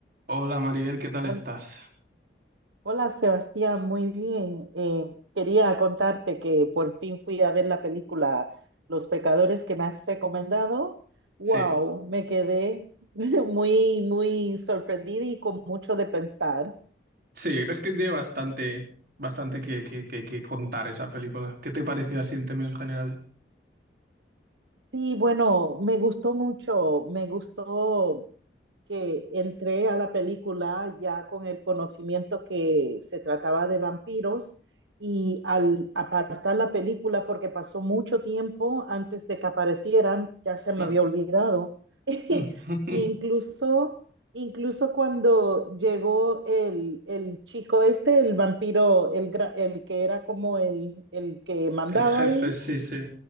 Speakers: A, on the right (about 55°); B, on the right (about 80°).
A: Hola Maribel, ¿qué tal
B: Hol-
A: estás?
B: Hola Sebastián, muy bien. Eh, quería contarte que por fin fui a ver la película Los pecadores que me has recomendado. Wow,
A: Sí,
B: me quedé <laughs> muy, muy sorprendida y con mucho de pensar.
A: sí, es que tiene bastante, bastante que, que, que, que contar esa película. ¿Qué te pareció así en términos generales?
B: Sí, bueno, me gustó mucho, me gustó que entré a la película ya con el conocimiento que se trataba de vampiros y al apartar la película, porque pasó mucho tiempo antes de que aparecieran, ya se me
A: Mm,
B: había olvidado. <laughs>
A: mm,
B: Incluso, incluso cuando llegó el, el chico este, el vampiro, el, gra- el que era como el, el que mandaba
A: <laughs> El jefe,
B: ahí
A: sí, sí.